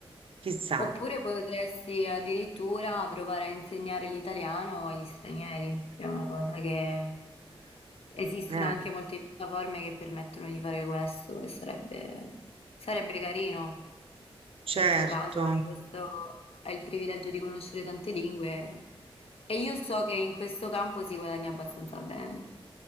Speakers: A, on the right (about 65°); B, on the left (about 75°).
A: chissà,
B: Oppure potresti addirittura provare a insegnare l'italiano agli stranieri, che è una cosa che esistono
A: eh,
B: anche molte piattaforme che permettono di fare questo e sarebbe sarebbe carino.
A: certo.
B: Nel tuo caso hai questo hai il privilegio di conoscere tante lingue e io so che in questo campo si guadagna abbastanza bene.